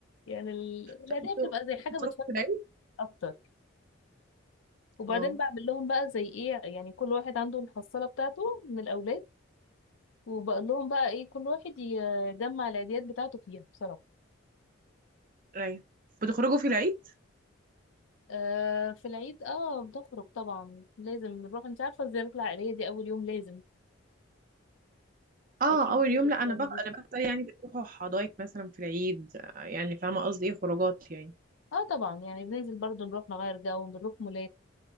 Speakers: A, on the left (about 70°); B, on the right (about 40°).
A: يعني ال- العيديه
B: طب انتوا
A: بتبقى زي حاجه
B: بتخرجوا
A: بتفرق
B: في العيد
A: اكتر وبعدين
B: اه
A: بعمل لهم بقى زي ايه يعني كل واحد عنده الحصاله بتاعته من الاولاد وبقول لهم بقى ايه كل واحد يجمع العيديات بتاعته فيها بصراحة
B: ايوه بتخرجوا في العيد
A: آه في العيد اه بنخرج طبعا لازم نروح انت عارفة الزيارة العائلية دي اول يوم لازم
B: اه
A: اكيد
B: اول
A: برضه
B: يوم
A: بتعملي
B: لا انا بقى انا بقى يعني بتروحوا حدايق مثلا في العيد آه، يعني فاهمه قصدي ايه خروجات يعني
A: اه طبعا يعني بننزل برضه نروح نغير جو بنروح مولات